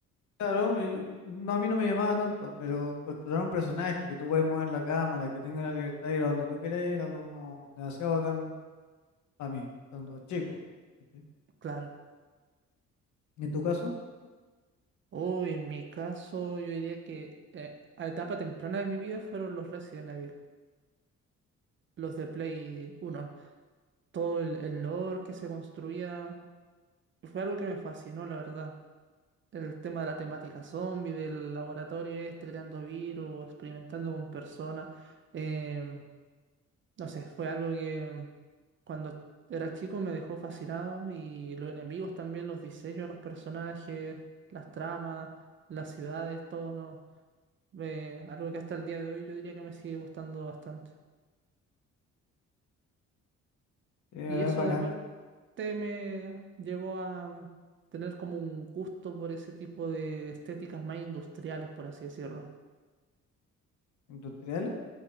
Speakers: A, on the left (about 70°); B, on the right (about 40°).
A: claro, y no, a mí no me llamaba tanto, pero construir un personaje que tú puedes mover la cámara, que tenga la libertad de ir a donde tú quieras, ir, era como demasiado bacán para mí, cuando chico. ¿cachai?
B: Claro.
A: ¿Y en tu caso?
B: Uy, en mi caso, yo diría que eh, a etapa temprana de mi vida fueron los Resident Evil, los de Play uno, Todo el, el lore que se construía fue algo que me fascinó, la verdad. El tema de la temática zombie, del laboratorio este, creando virus, experimentando con personas. em, No sé, fue algo que cuando era chico me dejó fascinado y los enemigos también, los diseños de los personajes, las tramas, las ciudades, todo, ¿no? Eh, algo que hasta el día de hoy yo diría que me sigue gustando bastante.
A: Eh,
B: Y eso
A: ¿Es bacán
B: de parte me llevó a mm, tener como un gusto por ese tipo de estéticas más industriales, por así decirlo.
A: industriales?